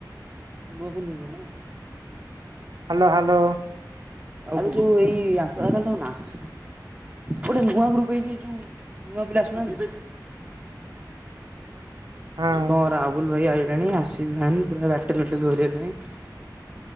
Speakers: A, on the right; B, on the right.
A: ନୂଆ ଫୋନ୍ କିଣିଚ ନାଁ?
B: ହ୍ୟାଲୋ ହ୍ୟାଲୋ
A: ଆରେ ଯୋଉ ଏଇ ଆଙ୍କ ଆଉ ତାହେଲେ ତମେ ନାହଁ, ଗୋଟେ ନୂଆ ଗ୍ରୁପ୍ ହେଇଛି ଏ ଯୋଉ ନୂଆ ପିଲା ଆସୁନାହାନ୍ତି।
B: ହଁ
A: ଇଏ କଣ ରାହୁଲ୍ ଭାଇ ଆଇଲାଣି ଆର୍ ସିବି ଫ୍ୟାନ୍, ପୁରା ବ୍ୟାଟେଲ୍ ଫ୍ୟାଟେଲ୍ କରିବା ପାଇଁ।